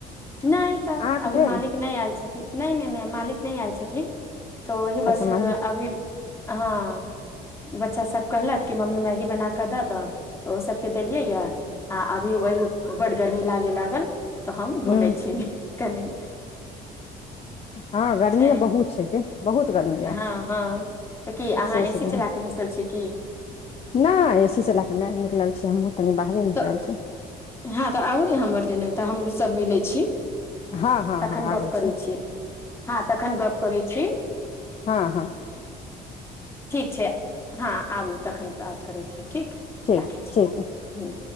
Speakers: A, on the left (about 15°); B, on the left (about 35°).
A: नहि तऽ
B: अहाँके
A: अभी
B: भेल
A: मालिक नहि आयल छथिन, नहि- नहि -नहि मालिक नहि आयल छथिन तऽ ओहि
B: अच्छा
A: बस
B: मन्दिर
A: अभी हँ बच्चा सब कहलक कि मम्मी मैगी बना कऽ दऽ द त ओ सबके देलियै या। आ अभी वही बड गर्मी लागे लागल तऽ हम घूमे
B: हूँ
A: छी कनि।
B: हँ गर्मी
A: छै
B: बहुत छै, गे बहुत गर्मी यै
A: हँ- हँ तऽ की
B: एक्सेस
A: अहाँ ए सी
B: गर्मी
A: चला के बैसल छियै की?
B: नहि एसी चला कऽ नहि, निकलल छी हमहहुँ कनी बाहरे निकलल
A: तऽ
B: छी।
A: हँ तऽ आबू ने हमर देने तऽ हमसभ मिलै छी।
B: हँ हँ
A: तखन
B: हँ आबै
A: गप करै
B: छै
A: छी, हँ तखन गप करै छी।
B: हँ हँ
A: ठीक छै, हँ आबू तखन बात करै छी, ठीक
B: ठीक
A: राखै छी।
B: ठीक
A: हँ